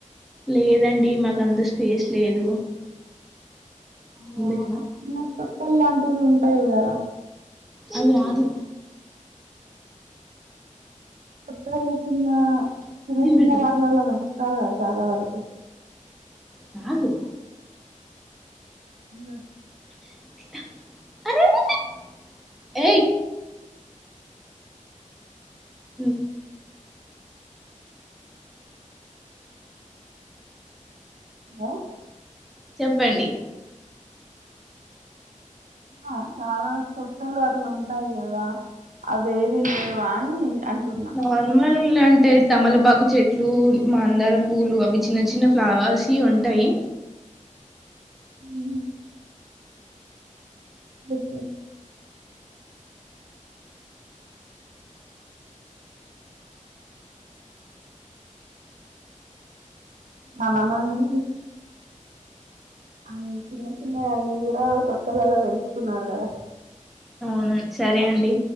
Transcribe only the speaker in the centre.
లేదండి మాకంత స్పేస్ లేదు
దీన్ని పెట్టినా
అది రాదు
దీన్ని
పెడతా
నాగు
<unintelligible> ఏయ్ హు
చెప్పండి
నార్మల్ అంటే తమలపాకు చెట్లు మాందార పూలు అవి చిన్న చిన్న ఫ్లవర్స్ ఉంటాయి
అవునా సరే అండి